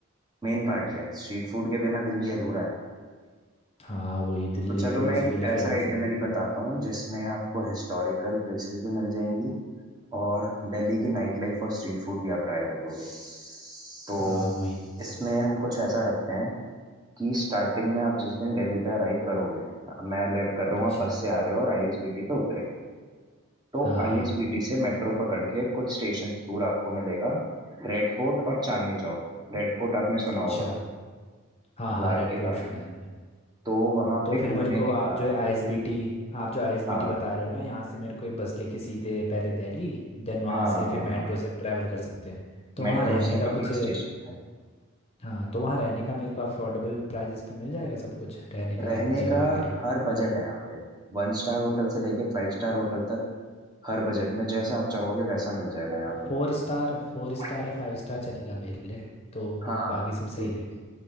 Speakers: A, on the right; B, on the left.
A: मेन पार्टी है स्ट्रीट फूड के बिना दिल्ली अधूरा है
B: हाँ वही दिल्ली
A: तो चलो
B: तो
A: मैं
B: उसी
A: एक
B: के लिए
A: ऐसा
B: फेमस
A: आइटिनरी
B: है
A: बताता हूँ जिसमें आपको हिस्टोरिकल प्लेसेस भी मिल जाएंगी और दिल्ली की नाइट लाइफ और स्ट्रीट फूड भी आप ट्राई कर लोगे तो
B: हाँ वही
A: इसमें हम कुछ ऐसा रखते हैं कि स्टार्टिंग में आप जिस दिन दिल्ली पे अराइव करोगे मैं लेट कर रहा
B: अच्छा
A: हूँ आप बस से आ रहे हो और आईएसबीटी पे उतरे तो
B: हाँ
A: आईएसबीटी
B: हाँ
A: से मेट्रो पकड़ के कुछ स्टेशन दूर आपको मिलेगा रेड फोर्ट और चांदनी चौक रेड फोर्ट आपने सुना
B: अच्छा
A: होगा
B: हाँ
A: लाल
B: हाँ रेड
A: किला
B: पोर्ट सुना है मैंने
A: तो वहां
B: तो
A: पे
B: फिर
A: घूमने
B: मेरे को
A: के
B: आप
A: बाद
B: जो आईएसबीटी आप जो आईएसबीटी
A: हाँ
B: बता रहे हो ना यहाँ से मेरे को एक बस लेके सीधे पहले दिल्ली देन वहाँ
A: हाँ
B: से
A: हाँ
B: फिर मेट्रो
A: हाँ
B: से ट्रैवल कर सकते हैं तो
A: मेट्रो
B: वहाँ रहने
A: से
B: का
A: अपना
B: कुछ
A: स्टेशन है
B: हाँ तो वहाँ रहने का मेरे को अफोर्डेबल प्राइजेस पे मिल जाएगा सब कुछ रहने का
A: रहने
B: जगह
A: का
B: वगैरह
A: हर बजट है यहाँ पे वन स्टार होटल से लेके फाइव स्टार होटल तक हर बजट में जैसा आप चाहोगे वैसा मिल जाएगा यहाँ पे
B: फोर स्टार फोर स्टार
A: फोर
B: या
A: स्टार
B: फाइव स्टार
A: फाइव
B: चलेगा
A: स्टार कितना
B: मेरे लिए
A: मिलेगा
B: तो
A: हाँ
B: बाकी सब
A: तो
B: सही रहेगा